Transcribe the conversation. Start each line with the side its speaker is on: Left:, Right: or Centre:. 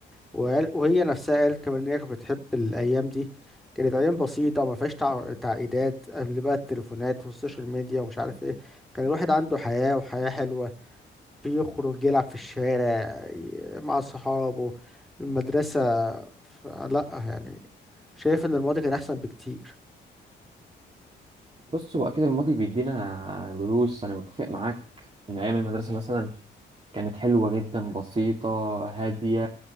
Centre: وقال- وهي نفسها قالت كمان إن هي كانت بتحب الأيام دي كانت أيام بسيطة ما فيهاش تع- تعقيدات قبل بقى التليفونات والسوشيال ميديا ومش عارف إيه كان الواحد عنده حياة وحياة حلوة بيخرج يلعب في الشارع ي- مع صحابه المدرسة ف- لأ يعني شايف إن الماضي كان أحسن بكتير
Right: بص هو اكيد الماضي بيدينا دروس انا متفق معاك ان ايام المدرسة مثلا كانت حلوة جدا بسيطة هادية